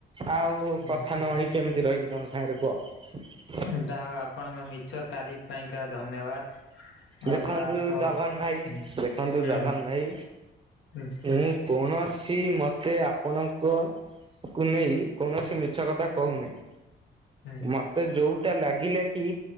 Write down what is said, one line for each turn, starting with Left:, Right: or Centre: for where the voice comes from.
Right: ଆଉ
Left: ହୁଁ।
Right: କଥା ନହେଇ କେମିତି ରହିବି ତମ ସାଙ୍ଗରେ କୁହ?
Left: ଯାହା ହଉ ଆପଣଙ୍କ ମିଛ ତାରିଖ ପାଇଁକା ଧନ୍ୟବାଦ।
Right: ଦେଖନ୍ତୁ
Left: ଆଉ ତା ସହ
Right: ଜଗନ ଭାଇ
Left: ହୁଁ
Right: ଦେଖନ୍ତୁ
Left: ହୁଁ
Right: ଜଗନ ଭାଇ
Left: ହୁଁ
Right: ମୁଁ କୌଣସି ମତେ ଆପଣଙ୍କ କୁ ନେଇ କୌଣସି ମିଛ କଥା କହୁନାହିଁ
Left: ହୁଁ
Right: ମତେ ଯୋଉଟା ଲାଗିଲା କି